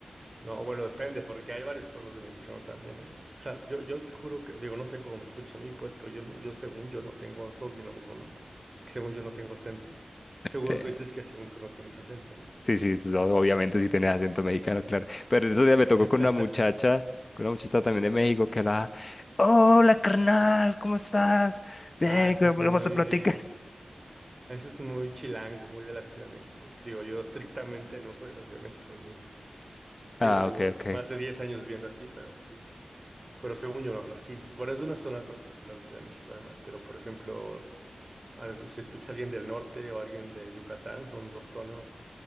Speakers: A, on the right (about 40°); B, on the left (about 45°).
A: No, bueno, depende, porque hay varios tonos de mexicano también, ¿eh? O sea, yo, yo te juro que, digo, no sé cómo me escucha a mí, pues, pero yo, no- yo según yo no tengo, todos dicen lo mismo, ¿no? Que según yo no tengo acento. Seguro
B: Eh,
A: tú dices que según tú no tienes acento, ¿no?
B: Sí, sí, sí, no, obviamente si tienes acento mexicano, claro. Pero eso día me
A: <laughs>
B: tocó con una muchacha, con una muchacha también de México que la... Hola, carnal, ¿cómo estás? Ven,
A: Ah, eso
B: que
A: es
B: vamos
A: muy,
B: a platicar. <laughs>
A: eso es muy chilango, muy de la Ciudad de México. Digo, yo estrictamente no soy de la Ciudad de México, entonces, digo,
B: Ah,
A: llevo
B: ok, ok.
A: más de 10 años viviendo aquí, pero, pero según yo no hablo así. Bueno, es una zona particular de la Ciudad de México además, pero por ejemplo, algo, si escucha alguien del norte o alguien de Yucatán, son dos tonos